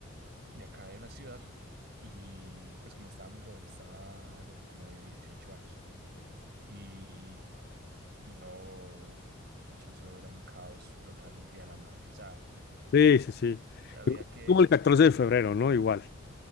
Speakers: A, on the right (about 50°); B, on the left (about 45°).
A: de acá de la ciudad y pues cuando estaba muy joven, estaba yo como de 18 años y, y no, Nacho, eso era un caos total el Día de la Madre. O sea,
B: Sí, sí, sí.
A: había que,
B: Como el 14 de febrero, ¿no? Igual.